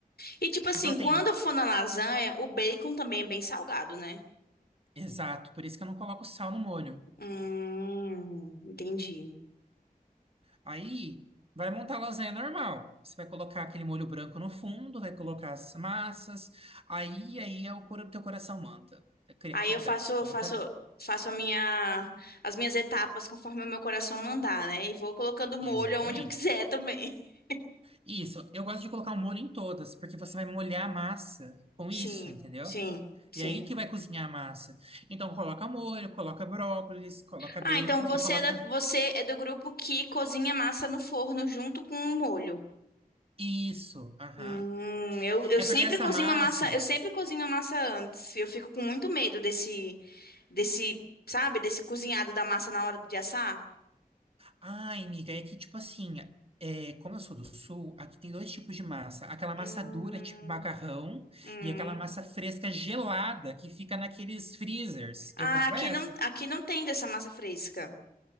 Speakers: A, on the left (about 90°); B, on the right (about 40°).
A: E tipo assim,
B: Então tem,
A: quando for na lasanha, o bacon também é bem salgado, né?
B: exato, por isso que eu não coloco sal no molho.
A: Hum, entendi.
B: Aí vai montar a lasanha normal. Você vai colocar aquele molho branco no fundo, vai colocar as massas, aí aí é o cor- teu coração manda. É Criatividade,
A: Aí eu faço,
B: você coloca
A: faço, faço a minha, as minhas etapas conforme o meu coração mandar, né? E vou colocando molho
B: Exatamente.
A: aonde eu quiser também. <laughs>
B: Isso, eu gosto de colocar o molho em todas, porque você vai molhar a massa com
A: Sim,
B: isso, entendeu?
A: sim, sim.
B: E aí que vai cozinhar a massa. Então coloca molho, coloca brócolis, coloca
A: Ah,
B: bacon
A: então você
B: e coloca
A: é, da- você é do grupo que cozinha massa no forno junto com o molho.
B: isso. Aham.
A: Hum, eu, eu
B: É
A: sempre
B: porque essa
A: cozinho
B: massa.
A: a massa, eu sempre cozinho a massa antes. Eu fico com muito medo desse, desse, sabe, desse cozinhado da massa na hora de assar.
B: Ai, amiga, é que tipo assim, é, como eu sou do sul, aqui tem dois tipos de massa. Aquela
A: Hum,
B: massa dura, tipo macarrão,
A: hum.
B: e aquela massa fresca gelada que fica naqueles freezers.
A: Ah,
B: Eu compro
A: aqui
B: essa.
A: não, aqui não tem dessa massa fresca.